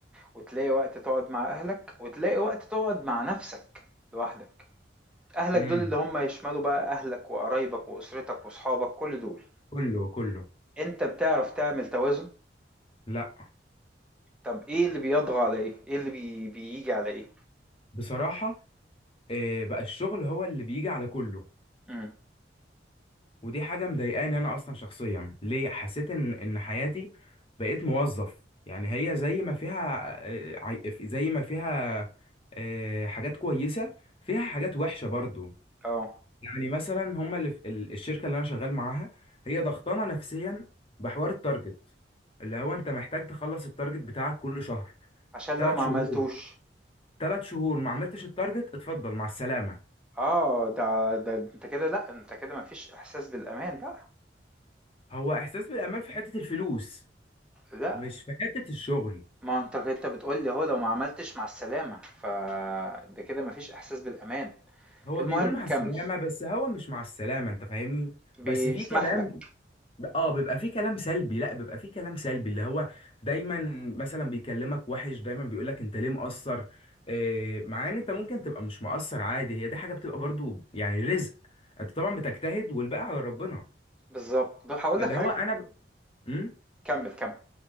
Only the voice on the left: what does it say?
امم
كله كله
لا
بصراحة آه، بقى الشغل هو اللي بيجي على كله
ودي حاجة مضايقاني انا اصلا شخصيا ليه حسيت ان ان حياتي بقيت موظف يعني هي زي ما فيها آه، عي- زي ما فيها آه، حاجات كويسة فيها حاجات وحشة برضو
يعني مثلا هما اللي في ال- الشركه اللي انا شغال معاها هي ضغطانه نفسيا بحوار التارجت اللي هو انت محتاج تخلص التارجت بتاعك كل شهر
ثلاث
شهور
ثلاث شهور ما عملتش التارجت اتفضل مع السلامه
هو احساس بالامان في حته الفلوس
مش في حته الشغل
هو
بيقول مع
السلامه بس هو مش مع السلامه انت فاهمني
بس في كلام
اه بيبقى فيه كلام سلبي لا بيبقى فيه كلام سلبي اللي هو دايما مثلا بيكلمك وحش دايما بيقولك انت ليه مقصر إيه مع ان انت ممكن تبقى مش مقصر عادي هي دي حاجة بتبقى برضو يعني رزق انت طبعا بتجتهد والباقي على ربنا
فاللي
هو انا ب... امم